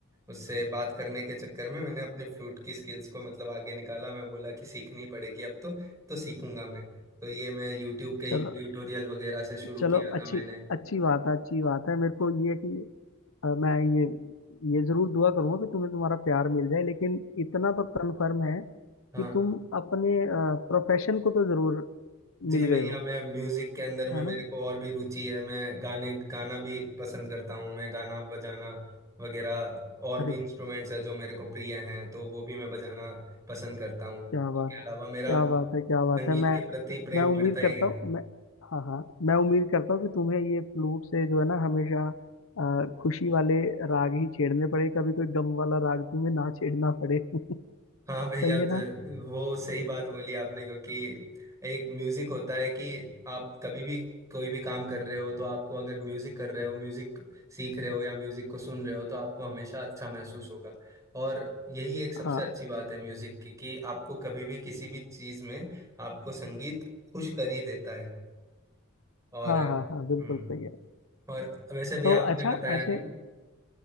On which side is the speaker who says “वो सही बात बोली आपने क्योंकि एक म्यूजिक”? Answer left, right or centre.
Right